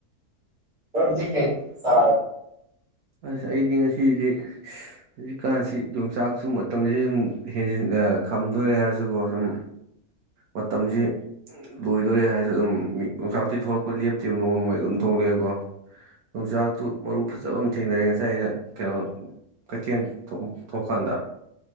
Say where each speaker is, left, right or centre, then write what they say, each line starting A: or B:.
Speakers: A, on the right; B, on the right.
A: ꯗꯤ ꯀꯩ ꯁꯦ
B: ꯑꯁ ꯑꯩꯗꯤ ꯉꯁꯤꯗꯤ ꯍꯧꯖꯤꯛꯀꯥꯟꯁꯤ ꯌꯣꯡꯆꯥꯛꯁꯨ ꯃꯇꯝꯁꯤ ꯁꯨꯝ ꯍꯦꯟꯖꯤꯟ ꯈꯝꯗꯣꯔꯦ ꯍꯥꯏꯔꯁꯨꯀꯣ ꯁꯨꯝ ꯃꯇꯝꯁꯤ ꯂꯣꯏꯗꯣꯔꯦ ꯍꯥꯏꯔꯁꯨ ꯑꯗꯨꯝ ꯌꯣꯡꯆꯥꯛꯇꯤ ꯊꯣꯛꯂꯛꯄ ꯂꯦꯞꯇꯦꯕ ꯅꯣꯡ ꯅꯣꯡꯃꯩ ꯑꯗꯨꯝ ꯊꯣꯛꯂꯛꯑꯦꯀꯣ ꯌꯣꯡꯆꯥꯛꯇꯨ ꯃꯔꯨ ꯐꯖꯕ ꯑꯃ ꯊꯦꯡꯅꯔꯦ ꯉꯁꯥꯏ ꯑꯩꯅ ꯀꯩꯅꯣ ꯀꯩꯊꯦꯜ ꯊꯣꯛꯀꯥꯟꯗ